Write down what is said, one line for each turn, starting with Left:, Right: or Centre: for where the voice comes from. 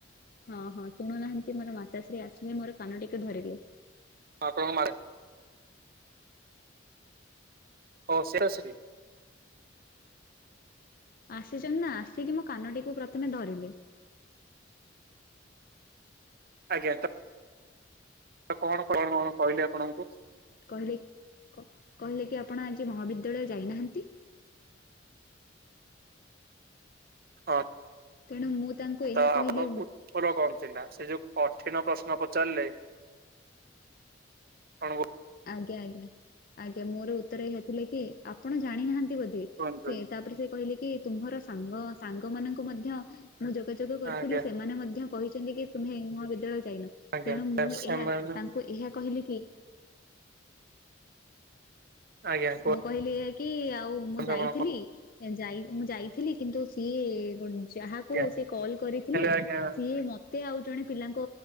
Left: ହଁ ହଁ ଶୁଣୁନାହାନ୍ତି ମୋର ମାତା ଶ୍ରୀ ଆସିଲେ ମୋର କାନ ଟିକେ ଧରିଲେ।
Right: ହପଣଙ୍କୁ ମାରେ ଓ ସେଟା ସେଟି
Left: ଆସିଛନ୍ତି ନା ଆସିକି ମୋ କାନଟିକୁ ପ୍ରଥମେ ଧରିଲି
Right: ଆଜ୍ଞା ତ କଣ କଣ କହିଲେ ଆପଣଙ୍କୁ?
Left: କହିଲେ କହିଲେ କି ଆପଣ ଆଜି ମହାବିଦ୍ୟାଳୟ ଯାଇନାହାନ୍ତି।
Right: ହଁ
Left: ତେଣୁ ମୁଁ ତାଙ୍କୁ ଏହା
Right: ତ
Left: କହିଲି
Right: ଆପଙ୍କୁ ର କଣ ଥିଲା ସେ ଯୋଉ କଠିନ ପ୍ରଶ୍ନ ପଚାରିଲେ ଅନଣୁ
Left: ଆଜ୍ଞା ଆଜ୍ଞା ଆଜ୍ଞା ମୋର ଉତ୍ତର ଇହା ଥିଲେ କି ଆପଣ ଜାଣିନାହାନ୍ତି ବୋଧେ
Right: କୁହନ୍ତୁ
Left: ସେ ତାପରେ ସେ କହିଲେ କି ତୁମର ସାଙ୍ଗ ସାଙ୍ଗ ମାନଙ୍କୁ ମଧ୍ୟ ମୁଁ ଯୋଗାଯୋଗ କରିଥିଲି
Right: ଆଜ୍ଞା
Left: ସେମାନେ ମଧ୍ୟ କହିଛନ୍ତି କି ତୁମେ ଏଇ ମହାବିଦ୍ୟାଳୟ ଯାଇନ
Right: ଆଜ୍ଞା
Left: ତେଣୁ ମୁଁ
Right: ଆଜ୍ଞା ସେମାନେ
Left: ଏହା ତାଙ୍କୁ ଏହା କହିଲି କି
Right: ଆଜ୍ଞା କୁହନ୍ତୁ
Left: ମୁଁ କହିଲି ଏୟା କି ଆଉ ମୁଁ ଯାଇଥିଲି
Right: ଆପଣ କଣ
Left: ଏ ଯାଇ ମୁଁ ଯାଇଥିଲି କିନ୍ତୁ ସିଏ ଯାହାକୁ
Right: ଆଜ୍ଞା
Left: ସିଏ କଲ୍ କରିଥିଲେ
Right: ହେଲେ ଆଜ୍ଞା
Left: ସିଏ ମତେ ଆଉ ଜଣେ ପିଲାଙ୍କ